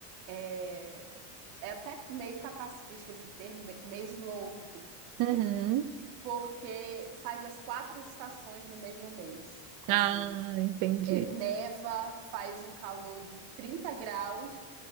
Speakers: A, on the right; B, on the right.
A: é, é até meio capacitista esse termo, me- mês louco,
B: uhum.
A: porque faz as quatro estações no mesmo mês. Assim,
B: Ah, entendi.
A: é, neva, faz um calor de 30 graus,